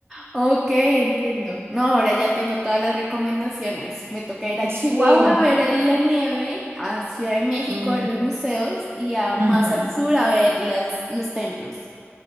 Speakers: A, in the centre; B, on the right.
A: Ok, entiendo. No, ahora ya tengo todas las recomendaciones. Me toca ir a
B: Sí.
A: Chihuahua a ver el- la nieve, a Ciudad de México
B: mm,
A: a ver los museos y a más
B: ujú.
A: al sur a ver las, los templos.